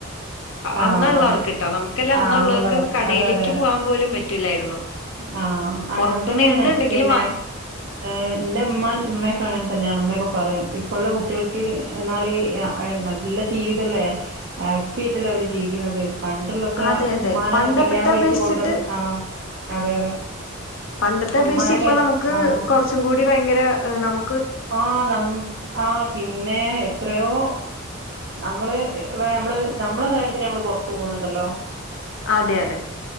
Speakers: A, on the right (about 55°); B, on the left (about 65°).
A: ആഹ്
B: അന്നുള്ളവർക്ക്ട്ടോ നമുക്കെല്ലാം
A: ആ
B: അന്നുള്ളവർക്ക്
A: അന്നുളളവർക്ക്
B: കടയിലേക്ക്
A: അതെയതെ
B: പോകാൻ പോലും പറ്റൂലായിരുന്നു
A: ആ അങ്ങനെ
B: പുറത്തുന്ന്
A: തന്നെയാണ്
B: എന്തുണ്ടെങ്കിലും
A: പിന്നെ
B: വാ
A: ഏഹ് ഇന്റുമ്മാൻ ഇമ്മെക്കെങ്ങനെതന്നെയാണ്‌ ഇമ്മയൊക്കെ പറയും ഇപ്പൊള്ള കുട്ടിയേൾക്ക് എന്നാല് നല്ല ജീവിതല്ലേ ഹാപ്പിയായിട്ടല്ലേ അവര് ജീവിക്ക്ന്നത് പണ്ടുള്ളൊക്കെ
B: അതെ അതെ
A: ഉമ്മാനെ
B: പണ്ടത്തെ
A: കല്യാണം കഴിച്ച്കൊണ്ടുവന്ന്
B: അപേക്ഷിച്ചിട്ട്
A: ആ അതെ അതെ
B: പണ്ടത്തെ അപേക്ഷിച്ച്
A: ഉമ്മാനെയൊക്കെ
B: ഇപ്പൊ നമുക്ക്
A: ആ ആ
B: കുറച്ചും കൂടി ഭയങ്കര നമു
A: ആ നമ് ആ പിന്നേ എത്രയോ നമ്മള് ഇപ്പൊ നമ്മള് നമ്മളെ കാര്യത്തിന് നമ്മള് പൊറത്തു പോവ്ന്നുണ്ടല്ലോ
B: അതെ അതെ